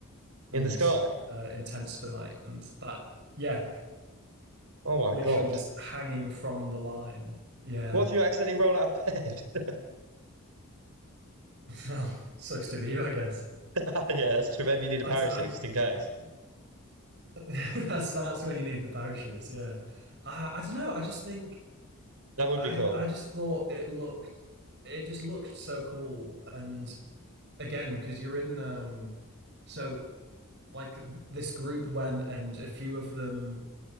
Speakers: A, on the right; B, on the right.
A: in
B: Canyon's
A: the sky?
B: uh, intense for the night, and that yeah,
A: Oh my
B: literally
A: God.
B: just hanging from the line. Yeah,
A: What if you accidentally roll out of bed?
B: Well, <laughs> sucks to be you, I guess.
A: <laughs> Yeah, that's true. Maybe you need
B: I,
A: a parachute
B: I
A: just in case.
B: <laughs> that's that's when you need the parachutes. Yeah, I I don't know. I just think
A: That would
B: I
A: be cool.
B: I just thought it looked it just looked so cool, and again because you're in um so like this group went and a few of them